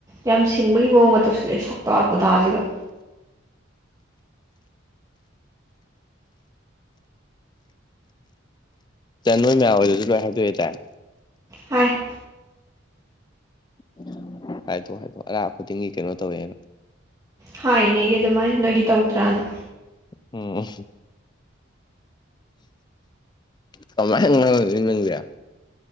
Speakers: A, on the right (about 15°); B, on the left (about 20°).
A: ꯌꯥꯝ ꯁꯤꯡꯕꯒꯤ ꯃꯑꯣꯡꯒꯥ ꯇꯧꯁꯤꯜꯂꯛꯑꯦ ꯁꯛꯇꯥ ꯄꯨꯙꯥꯖꯤꯒ
B: ꯅꯣꯏ ꯃꯌꯥꯍꯣꯏꯗꯁꯨ ꯂꯣꯏ ꯍꯥꯏꯗꯣꯛꯑꯦ ꯗꯥꯏ
A: ꯍꯥꯏ
B: ꯎꯝ ꯍꯥꯏꯗꯣ ꯍꯥꯏꯗꯣ ꯑꯔꯥ ꯈꯨꯗꯤꯡꯒꯤ ꯀꯩꯅꯣ ꯇꯧꯋꯦꯅ
A: ꯍꯥꯏꯅꯦ ꯑꯩꯗꯤ ꯑꯗꯨꯃꯥꯏꯅ ꯅꯣꯏꯗꯤ ꯇꯧꯗ꯭ꯔꯥꯅ
B: ꯎꯝ ꯀꯃꯥꯏꯅ ꯉꯥꯡꯅꯗꯣꯏꯅꯣ ꯅꯪꯖꯦ